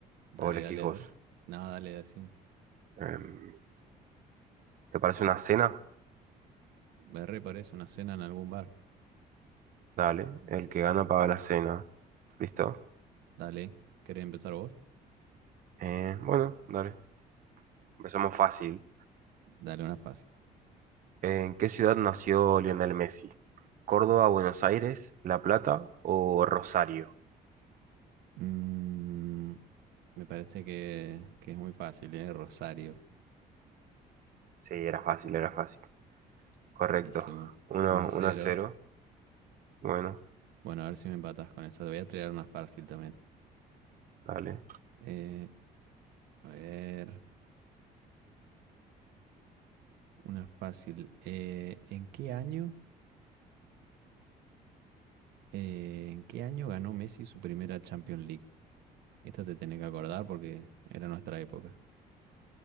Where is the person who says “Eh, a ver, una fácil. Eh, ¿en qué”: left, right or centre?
Right